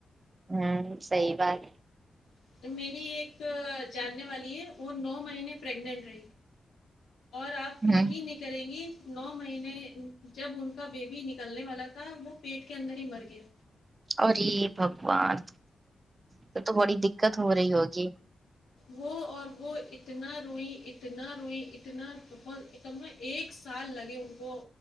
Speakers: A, on the right; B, on the left.
A: ہوں صحیح بات
B: ہے میری ایک جاننے والی ہے وہ نو مہینے پریگنینٹ رہی اور آپ
A: ہ
B: یقین نی کریں گی نو مہینے جب ان کا بیبی نکلنے والا تھا وہ پیٹ کے اندر ہی مر گیا
A: اری بھگوان پھر تو بڑی دقت ہو رہی ہوگی
B: وہ اور وہ اتنا روئی اتنا روئی اتنا بہت تب نہ ایک سال لگے ان کو